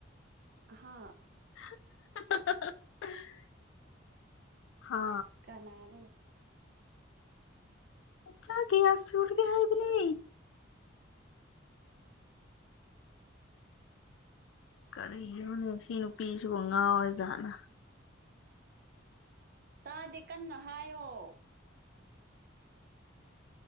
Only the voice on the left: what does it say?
<unintelligible> ꯍꯥ
ꯏꯆꯥ ꯀꯌꯥ ꯁꯨꯔꯒꯦ ꯍꯥꯏꯕꯅꯦ ꯀꯔꯤꯅꯣꯅꯦ ꯁꯤ ꯅꯨꯄꯤꯁꯤꯕꯨ ꯉꯥꯎꯔ ꯖꯥꯠꯂ